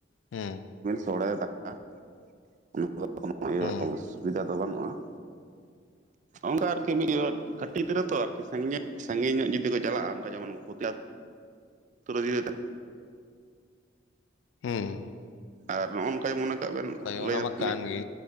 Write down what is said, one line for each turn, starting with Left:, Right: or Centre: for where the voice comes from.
Left: ᱦᱮᱸ ᱾
Right: ᱥᱚᱲᱮ ᱫᱟᱠᱟ ᱱᱚᱶᱟ ᱫᱚ ᱤᱭᱟᱹ
Left: ᱦᱩᱸ
Right: ᱚᱵᱚᱥᱳᱭ ᱾ ᱥᱩᱵᱤᱫᱟ ᱫᱚ ᱵᱟᱹᱱᱩᱜᱼᱟ ᱟᱨ ᱚᱱᱠᱟ ᱟᱨᱠᱤ ᱢᱤᱫ ᱠᱟᱹᱴᱤᱡ ᱜᱤᱫᱽᱨᱟᱹ ᱛᱚ ᱥᱟᱺᱜᱤᱧ ᱥᱟᱺᱜᱤᱧ ᱧᱚᱜ ᱡᱩᱫᱤ ᱠᱚ ᱪᱟᱞᱟᱜᱼᱟ ᱚᱱᱠᱟ ᱡᱮᱢᱚᱱ ᱯᱳᱛᱞᱟᱜ ᱟᱹᱛᱩ ᱨᱮ ᱾
Left: ᱦᱩᱸ ᱦᱩᱸ
Right: ᱟᱨ ᱱᱚᱜᱼᱚ ᱱᱚᱝᱠ ᱢᱚᱱᱮ ᱠᱟᱜ ᱵᱮᱱ ᱞᱟᱹᱭ
Left: ᱚᱱᱟ ᱢᱟ ᱠᱟᱱ
Right: ᱢᱤᱫ
Left: ᱜᱮ